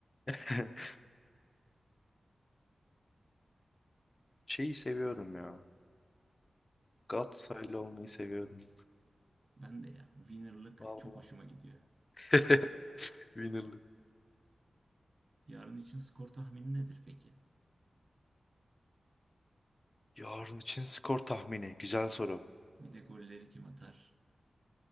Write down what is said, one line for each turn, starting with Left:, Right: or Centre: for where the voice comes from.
Left: <laughs> Şeyi seviyorum ya. Galatasaraylı olmayı seviyorum.
Right: Ben de ya winner'lık
Left: Vallahi.
Right: çok hoşuma gidiyor.
Left: <laughs> Winner'lık.
Right: Yarın için skor tahmini nedir peki?
Left: Yarın için skor tahmini. Güzel soru.
Right: Bir de golleri kim atar?